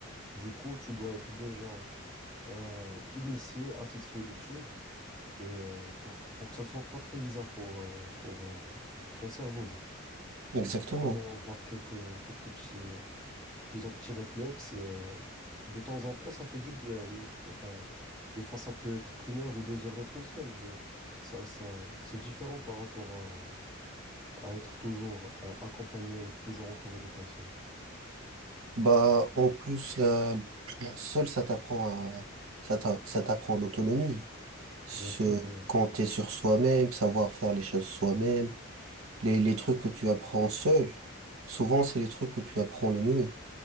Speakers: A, in the centre; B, on the right (about 80°).
A: Du coup, tu dois être déjà euh, initié à cette solitude et euh, pour, que- pour que ça soit pas très bizarre pour, euh, pour, euh, pour ton cerveau. Du coup.
B: Exactement.
A: Donc, il faut quand même avoir quelques, quelques petits, euh, Ils ont petit réflexe et euh, de temps en temps, ça fait du bien. Enfin, des fois, ça peut être qu'une heure ou deux heures d'être seul, mais ça, ça, c'est différent par rapport à, à être toujours euh, accompagné ou toujours entouré de personnes.
B: Bah, en plus, la, seul, ça t'apprend à, ça t'a- ça t'apprend l'autonomie. Se
A: Bien sûr, ouais,
B: compter sur soi-même, savoir faire les choses soi-même. Les, les trucs que tu apprends seul, souvent, c'est les trucs que tu apprends le mieux.